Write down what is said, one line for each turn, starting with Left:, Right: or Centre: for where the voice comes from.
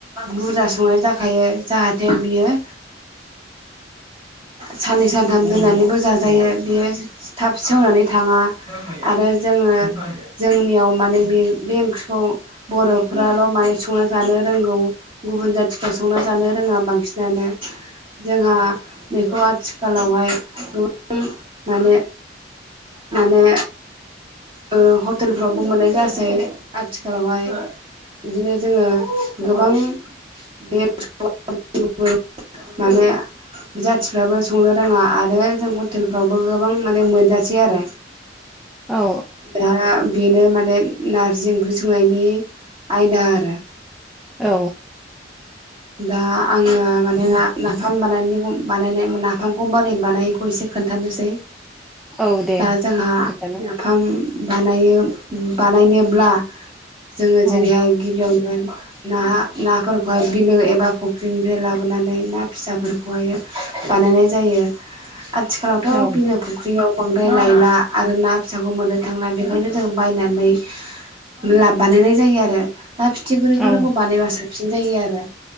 Right: बुरजा संनाय जाखायो जाहाथे बियो साननै सानथाम दोननानैबो जाजायो बियो थाब सेवनानै थाङा आरो ओ जोङो जोंनियाव माने बे बे ओंख्रिखौ बर'फ्राल' माने संना जान नो रोंगौ गुबुन जाथिफोरा संना जानो रोङा बांसिनानो। जोंहा बेखौ आथिखालावहाय गोबां माने माने ओ हटेलफ्रावबो मोननाय जासै आथिखालावहाय। बिदिनो जोङो गोबां बे <unintelligible> <unintelligible> माने जाथिफ्राबो संनो रोङा आरो जों हटेलफ्रावबो गोबां माने मोनजासै आरो।
Centre: औ
Right: दा बेनो माने नार्जि ओंख्रि संनायनि आयदा आरो।
Centre: औ।
Right: दा आङो माने ना-नाफाम बानायनायखौ बानायनाय नाफामखौ बोरै बानायो बेखौ एसे खोन्थानोसै।
Centre: औ दे
Right: दा जोंहा
Centre: खोन्थानो
Right: नाफाम बानायो बानायनोब्ला जोङो जेरैहाय
Centre: औ
Right: गिबियावनो गोन नाहा ना फोरखौहाय बिलो एबा फुख्रिनिफ्राय लाबोनानै ना फिसा फोरखौहायो बानायनाय जायो। आथिखालावथ'
Centre: औ
Right: बिलो फुख्रियाव बांद्राय लायला आरो ना फिसाखौ मोननो थांला बेखायनो जों बायनानै लाब बानायनाय जायो आरो। ना फिथिख्रिफोरखौ
Centre: औ
Right: बानायबा साबसिन जायो आरो।